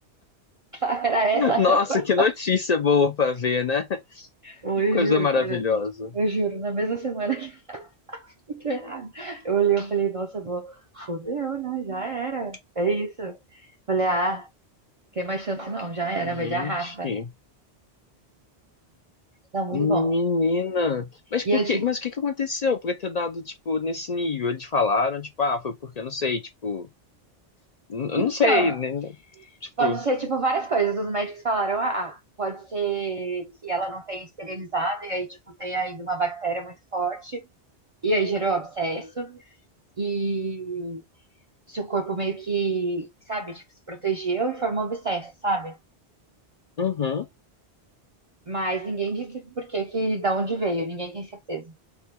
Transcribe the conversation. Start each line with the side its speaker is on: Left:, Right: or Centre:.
Right: <laughs> Era essa
Left: <laughs>
Right: a
Left: Nossa,
Right: reportagem.
Left: que notícia boa pra ver, né? <laughs>
Right: Ou
Left: Que
Right: eu
Left: coisa
Right: juro,
Left: maravilhosa.
Right: Fernanda. Eu juro, na mesma semana que eu entrei, eu olhei e falei, nossa, vou, fodeu, né? Já era. É isso. Falei, ah, tem mais chance não, já era,
Left: Gente.
Right: vai de arrasta. Não, muito
Left: Menina,
Right: bom.
Left: mas
Right: E
Left: por
Right: eu
Left: quê?
Right: tipo,
Left: Mas o que que aconteceu pra ter dado, tipo, nesse nível? Eles falaram, tipo, ah, foi porque, eu não sei, tipo, n- eu
Right: então,
Left: não sei, né? Tipo,
Right: pode ser tipo várias coisas. Os médicos falaram, ah, ah, pode ser que ela não tenha esterilizado e aí, tipo, tenha ainda uma bactéria muito forte. E aí gerou abscesso. E seu corpo meio que, sabe, tipo, se protegeu e formou abscesso, sabe?
Left: uhum.
Right: Mas ninguém disse por que, que da onde veio, ninguém tem certeza.